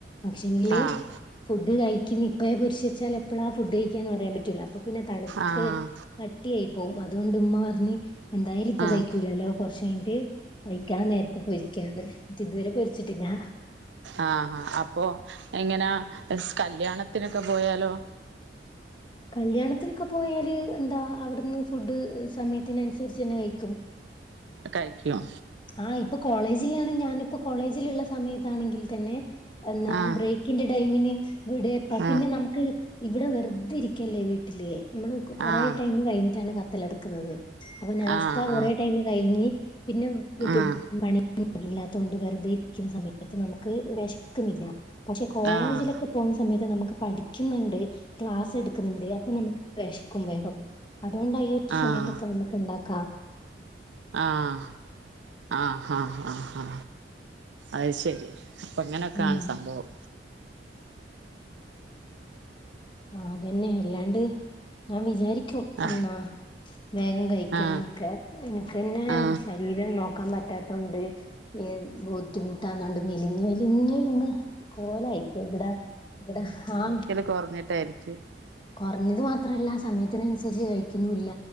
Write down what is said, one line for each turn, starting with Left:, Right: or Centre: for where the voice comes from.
Left: പക്ഷെങ്കില്
Right: ആഹ്
Left: ഫുഡ് കഴിക്കുന്ന് ഇപ്പഴേ പൊരിച്ച് വെച്ചാൽ എപ്പഴാ ഫുഡ് കഴിക്കാന്ന് പറയാൻ പറ്റൂല അപ്പൊ പിന്നെ തണ്
Right: ആഹ്
Left: ത്ത് കട്ടിയായി പോവും. അതുകൊണ്ട് ഉമ്മ പറഞ്ഞ് എന്തായാലും ഇപ്പ
Right: ആഹ്
Left: കഴിക്കൂലല്ലോ കൊറച്ച് കഴിഞ്ഞിട്ട് കഴിക്കാൻ നേരത്ത് പൊരിക്കാന്ന്. ന്ന്ട്ടിതുവരെ പൊരിച്ചിട്ടില്ലാ.
Right: ആഹ് ഹാ അപ്പോ എങ്ങനാ സ്കല്യാണത്തിനൊക്കെ പോയാലോ.
Left: കല്യാണത്തിനൊക്കെ പോയാല് എന്താ അവിടുന്ന് ഫുഡ് സമയത്തിനൻസരിച്ചെന്നെ കഴിക്കും.
Right: കഴിക്കും.
Left: ആഹ് ഇപ്പൊ കോളേജിലാണ് ഞാനിപ്പോ കോളേജിലുള്ള സമയത്താണെങ്കിൽ തന്നെ എന്നാ
Right: ആഹ്
Left: ബ്രേക് കിന്റെ ടൈമിന് ഇവിടെ പ പിന്നെ
Right: ആഹ്
Left: നമുക്ക് ഇവിടെ വെറുതെ ഇരിക്കല്ലേ വീ ട്ടില് നമ്മള് കൊ കൊറേ
Right: ആഹ്
Left: ടൈം കഴിഞ്ഞിട്ടാണ് കത്തല്ല എടുക്കുന്നത്. അപ്പൊ നാസ്ത
Right: ആഹ്
Left: കൊറെ ടൈം കഴിഞ്ഞ് പിന്നൊ വീട്ടി
Right: ആഹ്
Left: പണിയൊന്നും ഇല്ലാത്തോണ്ട് വെറുതെ ഇരിക്കുന്ന സമയത്ത് നമുക്ക് വെശ്ക്കുന്നില്ല. പക്ഷെ കോളേജിലൊക്കെ
Right: ആഹ്
Left: പോവ്ന്ന സമയത്ത് നമുക്ക് പഠിക്ക്ന്ന്ണ്ട്. ക്ലാസെട്ക്ക്ന്ന്ണ്ട് അപ്പം നമുക്ക് വെശ്ക്കും വേഗം. അതുകൊണ്ടാ ഈ ഒരു
Right: ആഹ് ആഹ് ആഹ്
Left: സമയത്തൊക്കെ നമുക്ക് ണ്ടാക്കാ.
Right: ആഹ് ആഹ് ഹാ ഹാ ഹാ അയ് ശരി. അപ്പൊ ഇങ്ങനൊക്കാണ്
Left: ഉം
Right: സംഭവം.
Left: ആഹ് അതന്നെ എല്ലാണ്ട് ഞാൻ വിചാരിക്കും
Right: ആ
Left: എന്നാ വേഗം കഴിക്കണംന്നൊക്കെ
Right: ആ
Left: എനിക്ക് തന്നെ
Right: ആ
Left: ശരീരം നോക്കാൻ പറ്റാത്തോണ്ട് ഏഹ് ബുദ്ധിമുട്ടാന്നൊണ്ട് മെലിഞ്ഞ് മെലിഞ്ഞ് ങ്ങ് കോലായി ഇപ്പം. ഇവിടെ ഇവിടെ ആഹ്
Right: കൊർഞ്ഞിട്ടായിരിക്കും.
Left: കൊറഞ്ഞത് മാത്രവല്ല സമയത്തിനനുസരിച്ച് കഴിക്കുന്നൂ ഇല്ല.